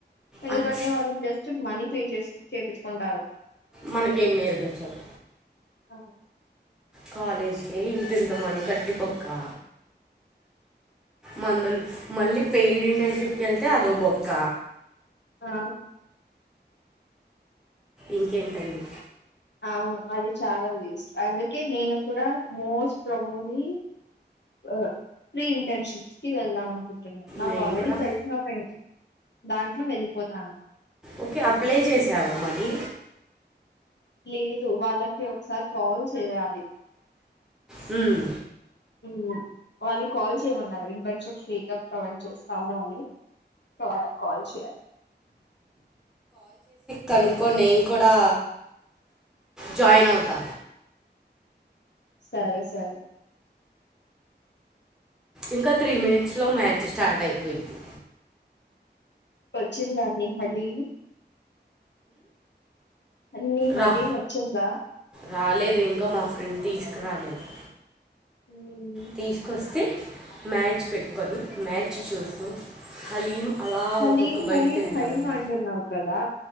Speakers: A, on the left; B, in the centre.
A: ఎందుకంటే
B: అ-
A: వాళ్ళు జస్ట్ మనీ పే చేస్ చేపిం చుకుంటారు
B: మనకేం నేర్పిచ్చరు
A: ఆ
B: కాలేజ్ కే ఇంతింత మనీ కట్టి బొక్కా మందులు మళ్ళీ పెయిడ్ ఇంటర్న్షిప్కి ఎళ్తే అదో బొక్క
A: ఆ
B: ఇంకేంటండి
A: అవును అది చాలా వేస్ట్ అందుకే నేను కూడా మోస్ట్ ప్రమోలీ ఆ ప్రీ ఇంటర్న్షిప్స్ కి వెళ్దాం అనుకున్ తున్న నాకు
B: నేను
A: ఆల్రెడీ
B: కూడా
A: తెలిసిన ఒక ఇన్ దాంట్లో వెళ్ళిపోతాను
B: ఓకే అప్లై చేసావా మరి
A: లేదు వాళ్ళకి ఒకసారి కాల్ చేయాలి
B: మ్మ్
A: మ్ వాళ్ళు కాల్ చేయమన్నారు ఇంటర్న్షిప్ ఫ్రీగా ప్రొవైడ్ చేస్తాము అని సొ వాళ్ళకి కాల్ చేయాలి
B: కనుకో నేను కూడా జాయిన్ అవుతా
A: సరే సరే
B: ఇంకా త్రీ మినిట్స్ లో మ్యాచ్ స్టార్ట్ అయిపోయిద్ది
A: పచ్చి దాని హలీము అన్నీ మళీ
B: రా
A: వచ్చందా
B: రాలేదు ఇంకా మా ఫ్రెండ్ తీసుకురాలేదు
A: ఉమ్,
B: తీసుకొస్తే మ్యాచ్ పెట్టుకొని మ్యాచ్ చూస్తూ హలీం అలా
A: హలీం
B: ఒక్కొక్క బయట
A: హలీం
B: తింటామని
A: హలీం అంటన్నావు కదా